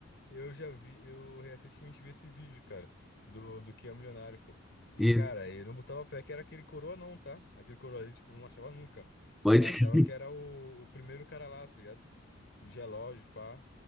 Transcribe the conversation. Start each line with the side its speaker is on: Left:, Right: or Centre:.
Left: Eu já vi, eu recentemente vi esse vídeo, cara, do, do Quem é Milionário, pô. E,
Centre: Isso,
Left: cara, eu não botava fé que era aquele coroa, não, tá? Aquele coroa ali, tipo, não achava nunca.
Centre: pode.
Left: Eu achava
Centre: <laughs>
Left: que era o, o primeiro cara lá, tá ligado? O de relógio, pá.